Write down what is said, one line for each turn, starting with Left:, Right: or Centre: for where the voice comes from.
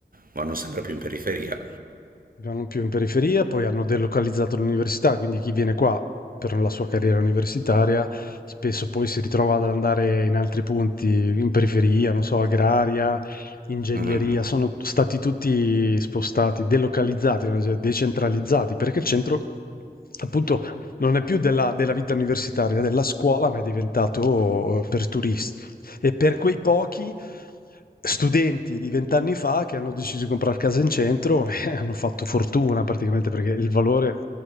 Right: vanno sempre più in periferia.
Left: Non più in periferia, poi hanno delocalizzato l'università, quindi chi viene qua per la sua carriera universitaria spesso poi si ritrova ad andare in altri punti, in periferia, non so, agraria, ingegneria,
Right: Mhm.
Left: sono stati tutti spostati, delocalizzati, cioè decentralizzati, perché il centro appunto non è più della, della vita universitaria, della scuola, ma è diventato eh, per turisti. E per quei pochi studenti di vent'anni fa che hanno deciso di comprare casa in centro <laughs> e hanno fatto fortuna praticamente perché il valore